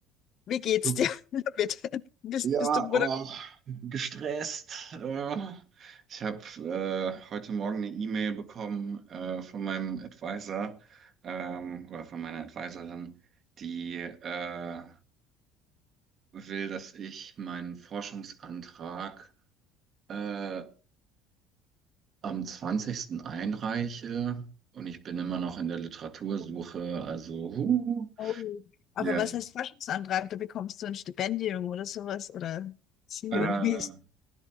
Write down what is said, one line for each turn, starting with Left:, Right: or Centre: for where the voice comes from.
Left: wie geht's
Right: so.
Left: dir <laughs> damit? Bist,
Right: Ja,
Left: bist du Bruder?
Right: oh, gestresst. Äh, ich habe äh, heute Morgen eine E-Mail bekommen äh, von meinem Advisor ähm, oder von meiner Advisorin, die äh, will, dass ich meinen Forschungsantrag äh, am zwanzigsten einreiche und ich bin immer noch in der Literatursuche, also huh,
Left: Oh. Aber
Right: ja.
Left: was heißt Forschungsantrag? Da bekommst du ein Stipendium oder sowas oder sie
Right: Äh,
Left: oder wie ist